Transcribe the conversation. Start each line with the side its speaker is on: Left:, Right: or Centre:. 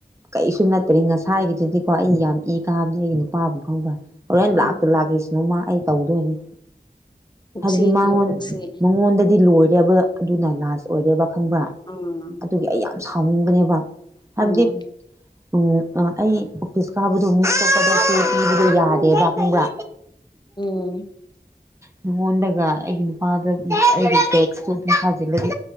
Right: ꯀꯔꯤꯁꯨ ꯅꯠꯇ꯭ꯔꯦ ꯉꯁꯥꯏꯒꯤꯗꯨꯗꯤꯀꯣ ꯑꯩ ꯌꯥꯝ ꯏ ꯀꯥꯕꯅꯤ ꯑꯩꯒꯤ ꯅꯨꯄꯥꯕꯨ ꯈꯪꯕ꯭ꯔ ꯍꯣꯔꯦꯟ
Left: ꯎꯝ
Right: ꯂꯥꯛꯇ ꯂꯥꯛꯀꯦꯁꯤꯅꯨ ꯃꯥ ꯑꯩ ꯇꯧꯗꯣꯏꯅꯦ
Left: ꯄꯨꯛꯁꯤ
Right: ꯍꯥꯏꯕꯗꯤ ꯃꯉꯣꯟ
Left: ꯄꯤꯌꯣ ꯄꯨꯛꯁꯤ
Right: ꯃꯉꯣꯟꯗꯗꯤ ꯂꯣꯏꯔꯦꯕ ꯑꯗꯨꯅ ꯂꯥꯁ ꯑꯣꯏꯔꯦꯕ ꯈꯪꯕ꯭ꯔꯥ
Left: ꯎꯝ
Right: ꯑꯗꯨꯒꯤ ꯑꯩ ꯌꯥꯝ ꯁꯥꯎꯅꯤꯡꯕꯅꯦꯕ ꯍꯥꯏꯕꯗꯤ
Left: ꯎꯝ
Right: ꯎ ꯑꯩ ꯑꯣꯐꯤꯁ ꯀꯥꯕꯗꯣ ꯃꯤ ꯑꯇꯣꯞꯄꯗ ꯄꯤꯕꯗ ꯌꯥ ꯌꯥꯗꯦꯕ ꯈꯡꯕ꯭ꯔꯥ
Left: ꯎꯝ
Right: ꯅꯉꯣꯟꯗꯒ ꯑꯩꯒꯤ ꯅꯨꯄꯥꯗ ꯑꯩꯒꯤ ꯇꯦꯛꯁꯇꯨ ꯑꯗꯨꯝ ꯊꯥꯖꯤꯜꯂꯗꯤ